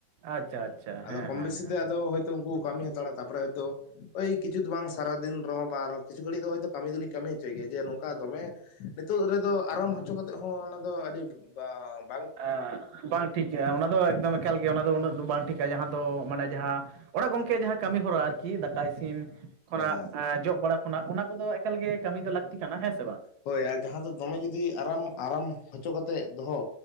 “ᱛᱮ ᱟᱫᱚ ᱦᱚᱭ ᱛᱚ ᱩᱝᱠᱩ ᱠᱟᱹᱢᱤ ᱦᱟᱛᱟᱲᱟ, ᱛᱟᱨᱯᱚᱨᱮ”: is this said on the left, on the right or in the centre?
Left